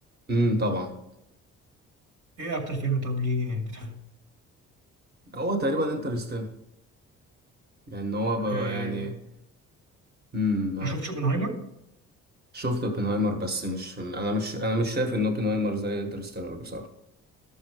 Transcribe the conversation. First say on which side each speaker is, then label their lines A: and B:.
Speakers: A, on the right; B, on the right.
A: امم طبعا
B: ايه اكتر فيلم طب ليه بتحبه
A: هو تقريبا انترستيلر لأن هو بقى
B: آه
A: يعني امم معاك
B: ما شفتش اوبنهايمر
A: شفت اوبنهايمر بس مش أنا مش أنا مش شايف إن اوبنهايمر زي انترستيلر بصراحة